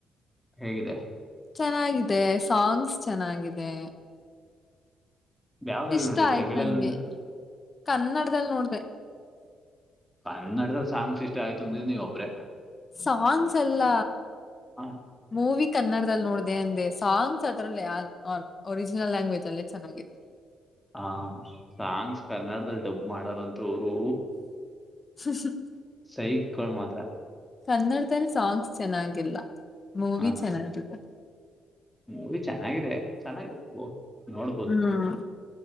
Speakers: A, in the centre; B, on the left.
A: ಹೇಗಿದೆ.
B: ಚೆನ್ನಾಗಿದೆ ಸಾಂಗ್ಸ್ ಚೆನ್ನಾಗಿದೆ.
A: ಯಾವ್ದ್ರಲ್ಲಿ
B: ಇಷ್ಟ
A: ನೋಡಿ
B: ಆಯ್ತ್
A: ತಮಿಳಲ್ಲಿ
B: ನನ್ಗೆ
A: ನೋಡಿದ್ರ
B: ಕನ್ನಡದಲ್ಲಿ ನೋಡ್ದೆ.
A: ಕನ್ನಡದ ಸಾಂಗ್ಸ್ ಇಷ್ಟ ಆಯ್ತುಂದಿ ನೀವ ಒಬ್ರೆ.
B: ಸಾಂಗ್ಸ್ ಅಲ್ಲ
A: ಹ
B: ಮೂವಿ. ಕನ್ನಡದಲ್ಲಿ ನೋಡ್ದ ಅಂದೆ ಸಾಂಗ್ಸ್ ಅದರಲ್ಲ ಒರಿಜಿನಲ್ ಲ್ಯಾಂಗ್ವೇಜ್ ಅಲ್ಲೇ ಚೆನ್ನಾಗಿದೆ.
A: ಹಾ ಸಾಂಗ್ಸ್ ಕನ್ನಡದಲ್ಲಿ ಡಬ್ ಮಾಡಾರಂತ ಅವರು.
B: ಹ್ಮ್ ಹಮ್.
A: <unintelligible> ಮಾತ್ರ.
B: ಕನ್ನಡದಲ್ಲಿ ಸಾಂಗ್ಸ್ ಚೆನ್ನಾಗಿಲ್ಲ ಮೂವಿ
A: ಹ
B: ಚೆನ್ನಾಗಿದೆ.
A: ಮೂವಿ ಚೆನ್ನಾಗಿದೆ ಚೆನ್ನಾಗಿದೆ ಇರಬಹುದು ನೋಡ್ಬೋದು.
B: ಹ್ಮ್